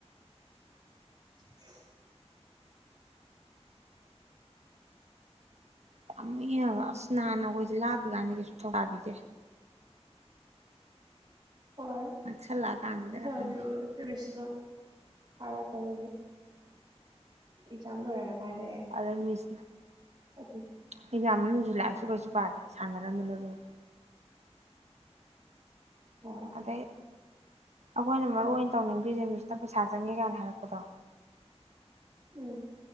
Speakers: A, on the right; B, on the right.
A: <inaudible>
B: ꯄꯥꯃꯨꯏ ꯌꯦꯡꯉꯒ ꯑꯁ ꯅꯥꯥꯟꯟꯅ ꯑꯩꯈꯣꯏꯁꯦ ꯂꯥꯞꯄꯤ ꯀꯥꯟꯁꯤ ꯀꯩꯁꯨ ꯊꯧꯒꯕꯤꯗꯦ
A: ꯍꯣꯏ
B: ꯅꯛꯁꯜꯂꯛꯑ ꯀꯥꯟꯁꯤꯗ
A: <unintelligible>
B: ꯈꯛꯇꯅꯦ
A: ꯑꯦꯛꯖꯥꯝ ꯂꯣꯏꯔꯒ ꯍꯥꯏꯔꯦ
B: ꯑ ꯃꯤꯁ
A: ꯑꯗꯨ
B: ꯑꯩ ꯌꯥꯝ ꯃꯅꯨꯡꯁꯨ ꯂꯥꯛꯏꯑꯁꯨ ꯀꯩꯁꯨ ꯄꯥꯗꯦ ꯁꯥꯟꯅꯔꯝꯕꯅ ꯂꯣꯏ
A: ꯍꯣꯏ
B: ꯑꯗꯩ ꯑꯩꯈꯣꯏꯅ ꯃꯔꯨ ꯑꯣꯏꯅ ꯇꯧꯅꯤꯡꯕ꯭ꯔꯤ ꯖꯟꯕꯤꯁꯤꯗ ꯄꯩꯁꯥ ꯆꯪꯉꯦ ꯀꯥꯏꯅ ꯍꯥꯏꯔꯛꯄꯗꯣ
A: ꯎꯝ